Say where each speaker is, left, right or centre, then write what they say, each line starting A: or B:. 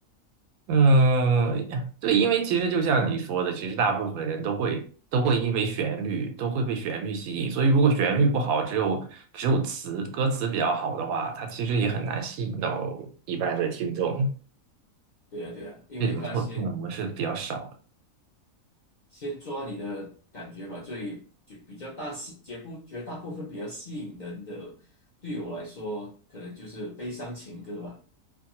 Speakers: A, on the right; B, on the left.
A: 嗯，对，因为其实就像你说的，其实大部分人都会都会因为旋律都会被旋律吸引，所以如果旋律不好，只有只有词歌词比较好的话，它其实也很难吸引到一般的听众。
B: 对啊，对啊，因为他先
A: 这种错判的模式比较少。
B: 先抓你的感觉嘛，所以就比较大吸，绝不绝大部分比较吸引人的，对我来说，可能就是悲伤情歌吧。